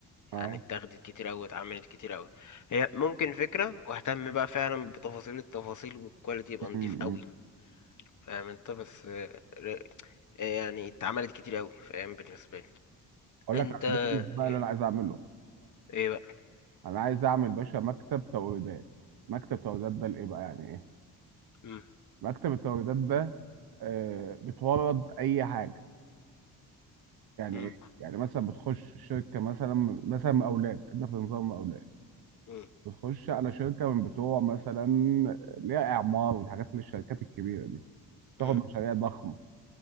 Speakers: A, on the right (about 65°); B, on the left (about 45°).
A: اه
B: يعني اتاخدت كتير قوي اتعملت كتير قوي هي ممكن فكرة واهتم بقى فعلا بتفاصيل التفاصيل والكواليتي يبقى نضيف
A: مم،
B: قوي
A: مم.
B: فاهم أنت بس آه، ر- آه، يعني اتعملت كتير قوي فاهم بالنسبة لي
A: اقول
B: أنت
A: لك على البيزنس بقى
B: إيه
A: اللي انا عايز اعمله
B: إيه بقى
A: انا عايز اعمل باشا مكتب توريدات مكتب توريدات ده لايه بقى يعني ايه
B: مم.
A: مكتب التوريدات ده آه بتورد اي حاجه يعني
B: مم.
A: ايه يعني مثلا بتخش شركه مثلا مثلا مقاولات خدنا في نظام مقاولات
B: مم.
A: بتخش على شركه من بتوع مثلا ليها اعمار والحاجات اللي الشركات الكبيره دي تاخد
B: مم.
A: مشاريع ضخمه